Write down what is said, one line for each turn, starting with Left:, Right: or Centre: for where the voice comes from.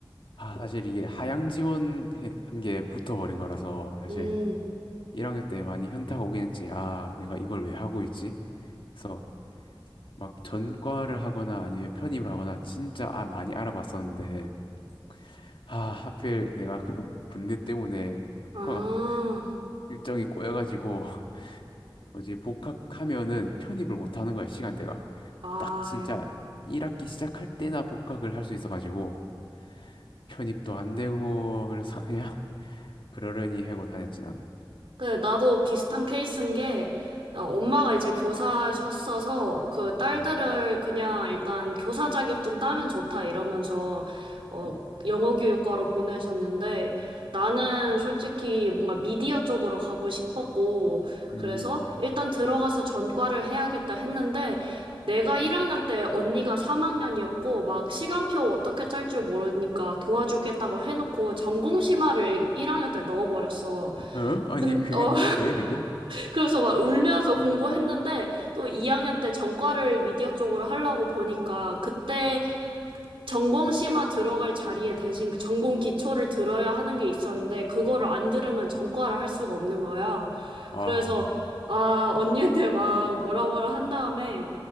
Left: 아, 사실 이게 하향 지원한 게 붙어버린 거라서, 사실.
Right: 음.
Left: 1학년 때 많이 현타가 오긴 했지. 아, 내가 이걸 왜 하고 있지? 그래서 막 전과를 하거나 아니면 편입을 하거나 진짜 아, 많이 알아봤었는데, 아, 하필 내가 그 군대 때문에 학과가
Right: 아.
Left: 일정이 꼬여가지고, <laughs> 뭐지, 복학하면은 편입을 못 하는 거야, 시간대가.
Right: 아이고.
Left: 딱 진짜 1학기 시작할 때나 복학을 할 수 있어가지고, 편입도 안 되고, 그래서 그냥 <laughs> 그러려니 하고 다녔지, 난.
Right: 그 나도 비슷한 케이스인 게 어, 엄마가 이제 교사셨어서 그 딸들을
Left: 음,
Right: 그냥 일단 교사 자격증 따면 좋다 이러면서 어
Left: 음,
Right: 영어 교육과로 보내셨는데 나는 솔직히 뭔가 미디어 쪽으로 가고 싶었고
Left: 음.
Right: 그래서 일단 들어가서 전과를 해야겠다 했는데 내가 1학년 때 언니가 3학년이었고 막 시간표 어떻게 짤 줄 모르니까 도와주겠다고 해놓고 전공 심화를 1학년 때 넣어버렸어.
Left: 어? 아니,
Right: 근,
Left: 그게
Right: 어,
Left: 돼, 그게?
Right: 그래서 막 울면서 공부했는데 또 2학년 때 전과를 미디어 쪽으로 하려고 보니까 그때 전공 심화 들어갈 자리에 대신 그 전공 기초를 들어야 하는 게 있었는데 그거를 안 들으면 전과를 할 수가 없는 거야.
Left: 아,
Right: 그래서 아 언니한테 막 뭐라 뭐라 한 다음에